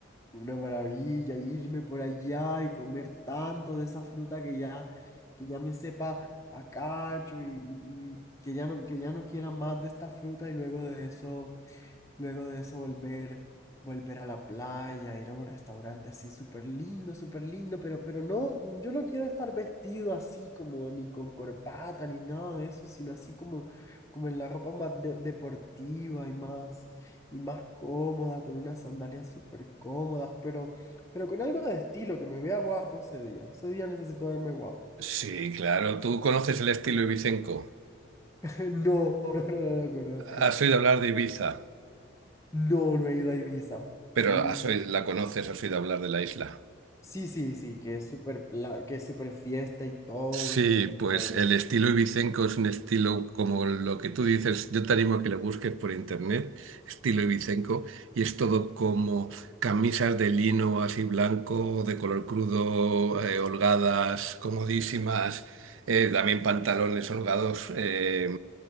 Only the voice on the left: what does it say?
Una maravilla, irme por allá y comer tanto de esa fruta que ya, que ya me sepa a cacho y, y- y que ya no, que ya no quiera más de esta fruta y luego de eso Luego de eso volver, volver a la playa, ir a un restaurante así súper lindo, súper lindo, pero, pero no, yo no quiero estar vestido así como ni con corbata ni nada de eso, sino así como, como en la ropa más de- deportiva y más, y más cómoda, con unas sandalias súper cómodas, pero, pero con algo de estilo, que me vea guapo ese día. Ese día necesito verme guapo.
<laughs> No, no, no, no lo conozco.
No, no he ido a Ibiza.
Mm,
Sí, sí, sí, que es súper pla- que es súper fiesta y todo
y súper
chévere.